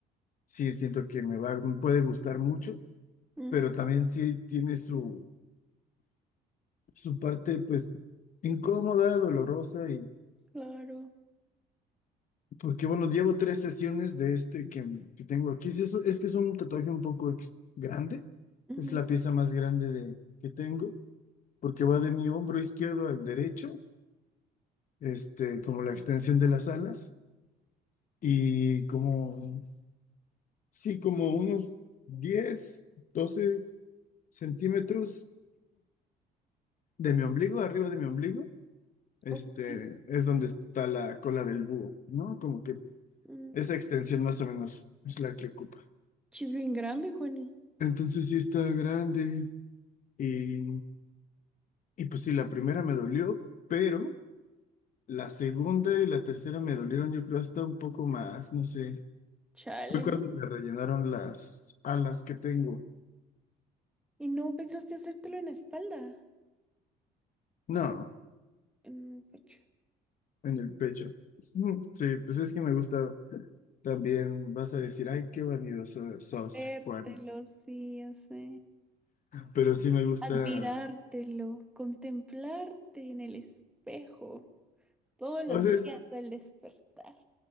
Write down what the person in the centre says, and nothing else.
mm,
claro.
ujú,
ok.
mm.
Sí, es bien grande, Juani.
Chale.
¿Y no pensaste hacértelo en la espalda?
En el pecho.
Vértelo,
sí, ya sé.
Admirártelo, contemplarte en el espejo todos los
días al despertar.